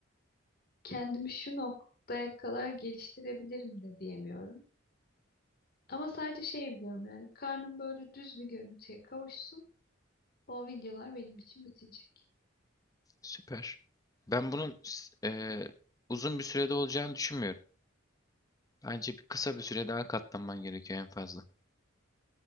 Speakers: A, on the left; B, on the left.
A: kendimi şu noktaya kadar geliştirebilirim de diyemiyorum. Ama sadece şey biliyorum yani karnım böyle düz bir görüntüye kavuşsun. O videolar benim için bitecek.
B: Süper. Ben bunun e, uzun bir sürede olacağını düşünmüyorum. Bence bir kısa bir süre daha katlanman gerekiyor en fazla.